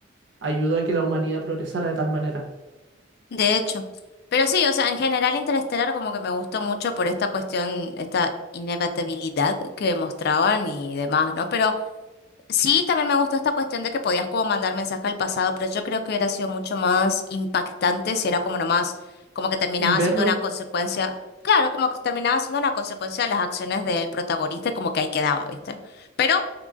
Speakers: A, on the right; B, on the left.
A: ayudó a que la humanidad progresara de tal manera.
B: De hecho. Pero sí, o sea, en general Interestelar como que me gustó mucho por esta cuestión, esta inevitabilidad que mostraban y demás, ¿no? Pero sí, también me gustó esta cuestión de que podías como mandar mensaje al pasado, pero yo creo que hubiera sido mucho más impactante si era como nomás, como que terminaba siendo
A: Verlo,
B: una consecuencia, claro, como que terminaba siendo una consecuencia de las acciones del protagonista y como que ahí quedaba, ¿viste? Pero